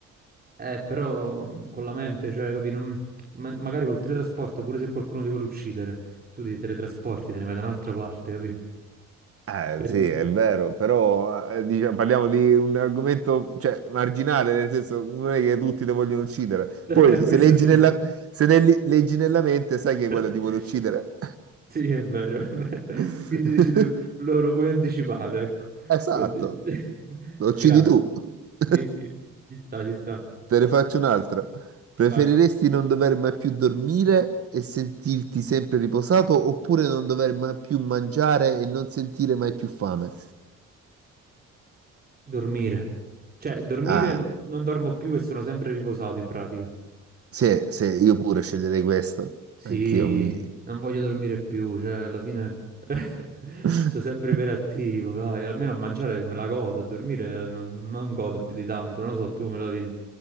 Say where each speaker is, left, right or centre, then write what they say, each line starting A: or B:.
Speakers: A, on the right; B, on the right.
A: Eh, però mh, con la mente, cioè, capi, non- ma- magari col teletrasporto, pure se qualcuno ti vuole uccidere, tu ti teletrasporti, te ne vai da un'altra parte, capi?
B: Eh,
A: Per
B: sì,
A: dire...
B: è
A: <laughs>
B: vero, però eh, diciamo, parliamo di un argomento, cioè, marginale, nel senso non è che tutti te vogliono uccidere.
A: Questo
B: Poi se leggi
A: sì.
B: nella, se ne li- leggi nella mente sai che
A: <laughs>
B: quello ti vuole uccidere.
A: Sì, è vero, è vero.
B: <laughs>
A: Quindi dici tu, lo, lo puoi anticipare, ecco.
B: Esatto,
A: Quindi... <laughs>
B: lo uccidi
A: Grande.
B: tu. <laughs>
A: Sì, sì, ci sta, ci sta.
B: Te ne faccio un'altra. Preferiresti
A: Vai.
B: non dover mai più dormire e sentirti sempre riposato oppure non dover mai più mangiare e non sentire mai più fame?
A: Dormire. Cioè, dormire
B: Ah.
A: no- non dormo più e sono sempre riposato in pratica.
B: Sì, sì, io pure sceglierei questo.
A: Sì,
B: Anch'io mi...
A: non voglio dormire più, cioè, alla fine <laughs>
B: <laughs>
A: sono sempre iperattivo, dai, almeno a mangiare me la godo, a dormire non, non godo più di tanto, non lo so, tu me la vedi.